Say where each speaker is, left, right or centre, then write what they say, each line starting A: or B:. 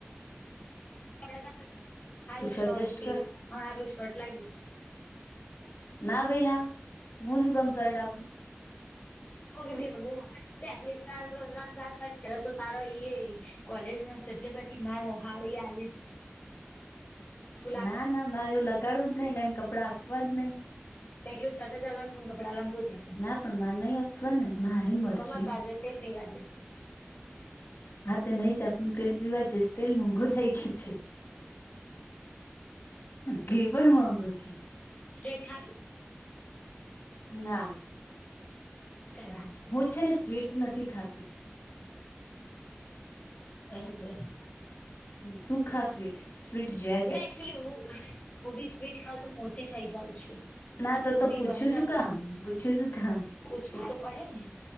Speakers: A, on the left; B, on the left.
A: સારું
B: તું સજેસ્ટ
A: શર્ટ કે
B: કર
A: સારું શર્ટ લાગે.
B: ના બેાઈ ના હું જ કમ શર્ટ આપું.
A: કો બે મ બે ચાર રંગ ચાર શર્ટ પહે તો તારો ઈ. કોલેજમાં છે એટલી પધી મારે હારી આલી. એવું લાગે
B: ના
A: ને
B: ના મારે એવું લગાડવું જ નઈ નેને કપડાં આપવા જ નઈ.
A: પેટલું શર્ટ જ અાંગું કપડા અલંકું કે.
B: ના પણ મારે નઈ આપવા ને મારી મરજી.
A: તોમાં તારજો તેલ પીવા જેજો.
B: હા તે નહી જ આપું તેલ પીવા જઈશ તેલ મોંઘું થઇ ગયું છે. ઘી પણ મોંઘુ છે
A: ડ ખાવી.
B: ના.
A: કઈ વાંધો
B: હું છે ને સ્વીટ નથી ખાતી.
A: હા હ.
B: હ તું ખા સ્વીટ. સ્વીટ જેે.
A: ના હું ગબી સ્વીટ ખાવ તોું મો થઈ જાઉં છું.
B: ના તો
A: હું
B: તો
A: બી
B: પૂછ્યું
A: બનતા
B: શું કામ
A: છું
B: પૂછ્યું શું કામ
A: પૂછવું તો પડે ને.